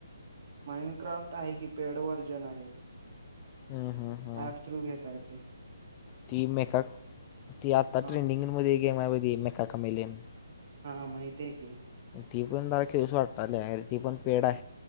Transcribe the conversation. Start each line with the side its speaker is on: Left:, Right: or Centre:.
Right: माइंडक्राफ्ट आहे की, पेड व्हर्जन आहे.
Left: हम्म, हम्म, हम्म.
Right: ऍप थ्रू घेेता येतय.
Left: ती मेका ती आता
Right: हा
Left: ट्रेंडिंगमध्ये गेम हाय बघ ती मेका कमेलियन
Right: हा माहितीये की,
Left: ती पण जरा खेळुस वाटालय आर ती पण पेड हाय.